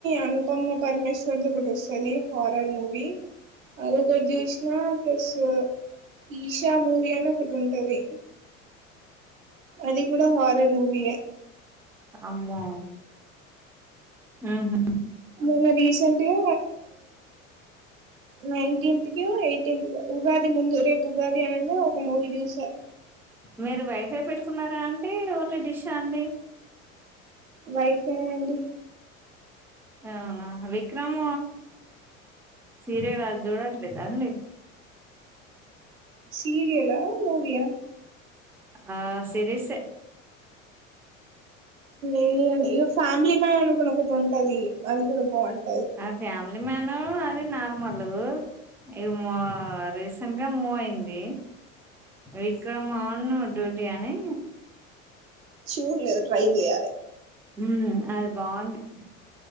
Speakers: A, on the right; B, in the centre.
A: అనుపమ పరమేశ్వర్ ద ఒకటి వస్తుంది హారర్ మూవీ అది ఒకటి చూసినా ప్లస్ ఈషా మూవీ అని ఒకటి ఉంటది అది కూడా కూడా హారర్ మూవియే
B: అమ్మో ఉహు
A: మొన్న రీసెంట్గా నైన్టీన్త్ కి ఎయిటీన్త్ కో ఉగాది ముందు రేపు ఉగాది అనంగ ఒక మూవీ చూసా
B: మీరు వైఫై పెట్టుకున్నారా అండి ఓన్లీ డిష్ ఆ అండి.
A: వైఫై అండి.
B: అవునా విక్రమ్ సీరియల్ అది చూడట్లేదా అండి
A: సీరియలా మూవీ ఆ
B: ఆ సిరీస్ ఏ
A: ఏండి ఇక ఫ్యామిలీ మ్యాన్ అనుకుని ఒకటి ఉంటది అది కూడా బాగుంటుంది.
B: ఆ ఫ్యామిలీ మ్యాన అది నార్మల్ ఇవి మ రీసెంట్ గా మూవ్ అయింది. విక్రమ్ ఆన్ డ్యూటీ అని
A: చూ లేదు ట్రై చేయాలే.
B: ఉమ్ అది బాగుంది